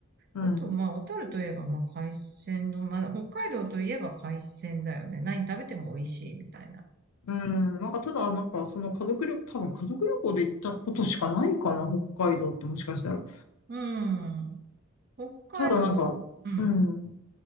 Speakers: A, on the left; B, on the right.
A: うん。
B: あと、まあ、小樽といえば、まあ、海鮮丼、まあ、北海道といえば海鮮だよね。何食べても美味しい、みたいな。
A: うん、なんかただ、なんかその家族旅、多分家族旅行で行ったことしかないかな、北海道ってもしかしたら。
B: うん。北海道、
A: ただなんか、
B: うん。
A: うん、